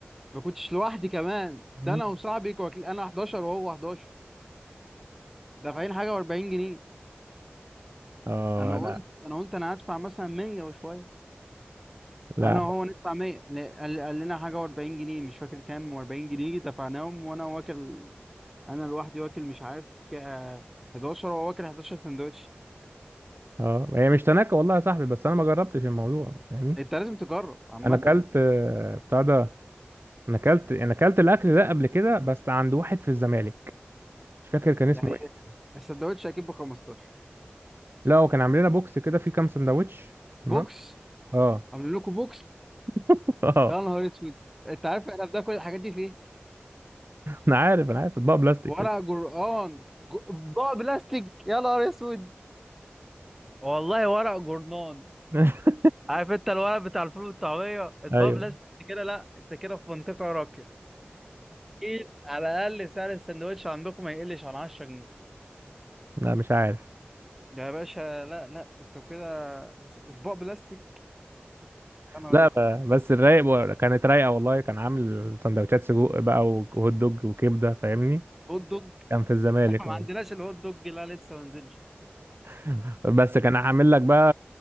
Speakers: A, in the centre; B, on the right (about 65°).
A: ما كنتش لوحدي كمان
B: مم.
A: ده انا وصاحبي كواكل انا 11 وهو 11 دافعين حاجه و40 جنيه
B: اه
A: انا قلت
B: لا
A: انا قلت انا هدفع مثلا 100 وشويه
B: لا
A: انا وهو ندفع 100 لا، قال قال لنا حاجه و40 جنيه مش فاكر كام و40 جنيه دفعناهم وانا واكل انا لوحدي واكل مش عارف ك- 11 وهو واكل 11 سندوتش
B: اه هي مش تناكة والله يا صاحبي بس انا ما جربتش الموضوع يعني
A: انت لازم تجرب عامه
B: انا اكلت آه، بتاع ده انا اكلت انا اكلت الاكل ده قبل كده بس عند واحد في الزمالك مش فاكر كان اسمه
A: يعني ايه
B: ايه
A: السندوتش اكيد ب 15
B: لا هو كان عامل لنا بوكس كده فيه كام سندوتش
A: بوكس
B: تمام اه
A: عاملين لكم بوكس
B: <laughs> اه
A: يا نهار اسود انت عارف احنا بناكل الحاجات دي في ايه
B: انا عارف انا عارف اطباق بلاستيك
A: ورق
B: كده
A: جرآن جو- بقى بلاستيك يا نهار اسود والله ورق جورنان
B: <laughs>
A: عارف انت الورق بتاع الفول والطعميه اطباق
B: ايوه
A: بلاستيك انت كده لا انت كده في منطقه راقيه اكيد على الاقل سعر السندوتش عندكم ما يقلش عن 10 جنيه
B: لا مش عارف
A: يا باشا لا لا انت كده اطباق بلاستيك يا نهار
B: لا
A: اسود
B: ب- بس الرايق بقى- كانت رايقه والله كان عامل سندوتشات سجق بقى وهوت دوج وكبده فاهمني
A: هوت دوج
B: كان في الزمالك
A: <laughs> ما
B: اه
A: عندناش الهوت دوج لا لسه ما نزلش
B: <laughs> بس كان عامل لك بقى